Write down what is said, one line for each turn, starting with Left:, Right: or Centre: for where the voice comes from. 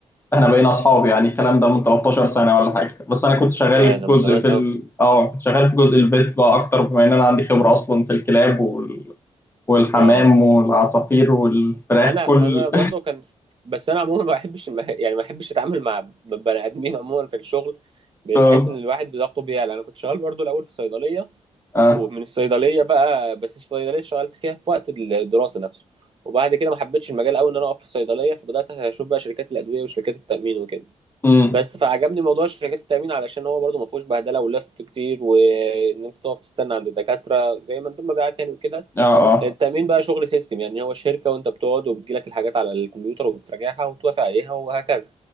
Left: إحنا بقينا أصحاب يعني الكلام ده من 13 سنة ولا حاجة بس أنا كنت شغال
Right: يا ده
Left: في جزء
Right: من زمان
Left: في
Right: قوي
Left: ال... أه كنت شغال في جزء البيت بقى أكتر بما إن أنا عندي خبرة أصلا في الكلاب وال... والحمام
Right: اه
Left: والعصافير والفراخ
Right: انا
Left: كل
Right: انا برضو كان بس انا عموما ما بحبش الم- يعني ما بحبش اتعامل مع ب- بني ادمين عموما في الشغل بتحس
Left: اه
Right: ان الواحد بضغطه بيعلى انا كنت شغال برضو الاول في صيدليه
Left: اه
Right: ومن الصيدليه بقى بس الصيدليه اشتغلت فيها في وقت الدراسه نفسه وبعد كده ما حبيتش المجال قوي ان انا اقف في صيدليه فبدات اشوف بقى شركات الادويه وشركات التامين وكده
Left: امم
Right: بس فعجبني موضوع شركات التامين علشان هو برضو ما فيهوش بهدله ولف كتير وان انت تقف تستنى عند الدكاتره زي ما مندوب مبيعات يعني وكده
Left: اه اه
Right: التأمين بقى شغل سيستم يعني هو شركة وانت بتقعد وبتجيلك الحاجات على الكمبيوتر وبتراجعها وتوافق عليها وهكذا